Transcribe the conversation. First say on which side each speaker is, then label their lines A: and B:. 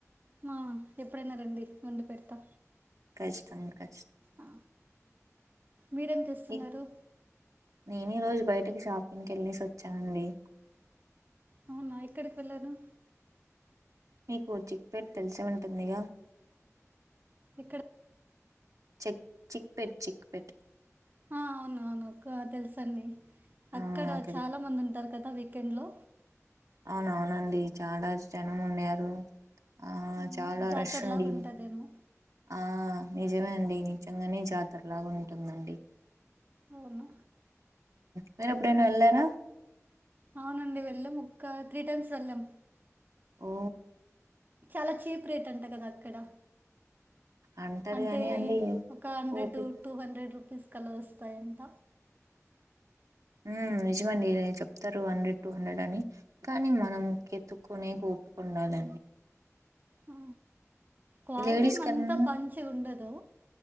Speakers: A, on the right; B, on the right.
A: ఆ ఎప్పుడైనా రండి వండి పెడతా
B: కచ్చితంగా
A: ఆ, మీరేం చేస్తున్నారు
B: ఈ- నేను ఈ రోజు బయటకి షాపింగ్కి వెళ్ళసి వచ్చానండి
A: అవునా ఎక్కడికి వెళ్ళను
B: మీకు చిక్ పేట్ తెలిసే ఉంటుందిగా
A: ఇక్కడ
B: చెక్ చిక్ పెట్ చిక్ పెట్
A: అవును అవును తెలుసండి అక్కడ
B: ఆ కరెక్ట్
A: చాలా మంది ఉంటారు కదా చికెన్ లో
B: అవునవునండి చాలా జనం ఉన్నారు ఆ
A: అవును
B: చాలా
A: జాతరలాగా
B: రష్ ఉండి
A: ఉంటుందేమో
B: ఆ నిజమే అండి నిజంగానే జాతరలాగా ఉంటుందండి
A: అవును
B: మీరు ఎప్పుడున్న వెళ్ళారా
A: అవునండి వెళ్ళాము ఒక్క త్రీ టైమ్స్ వెళ్ళాం
B: ఓ
A: చాలా చీప్ రేట్ అంట కదా అక్కడ
B: అంటారు
A: అంటే
B: గానీ అండి
A: ఒక హండ్రెడ్
B: ఓపిక
A: టూ హండ్రెడ్ రూపీస్ కల వస్తాయంత
B: హ్మ్. నిజమండి చెప్తారు హండ్రెడ్ టూ హండ్రెడ్ అని కాని మనం వెతుక్కునేకి ఓపిక ఉండాలి.
A: ఆ. క్వాలిటీ
B: లేడీస్
A: ఏమ
B: కన్నా
A: అంతా మంచిగా ఉండదు